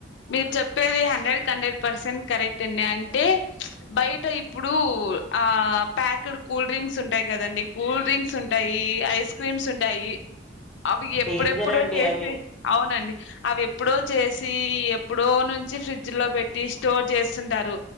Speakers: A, on the left; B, in the centre.
A: మీరు చెప్పేది హండ్రెడ్ కి హండ్రెడ్ పర్సెంట్ కరెక్ట్ అండి అంటే ప్చ్ బయట ఇప్పుడు ఆ ప్యాక్డ్ కూల్ డ్రింక్స్ ఉంటాయి కదండి కూల్ డ్రింక్స్ ఉంట్ ఉంటాయి ఐస్ క్రీమ్స్ ఉంటాయి అవి ఎప్పుడెప్పుడు
B: డేంజర్ అండి
A: చేసి
B: అవి
A: అవునండి అవి ఎప్పుడో చేసి ఎప్పుడో నుంచి ఫ్రిడ్జ్ లో పెట్టి స్టోర్ చేస్తుంటారు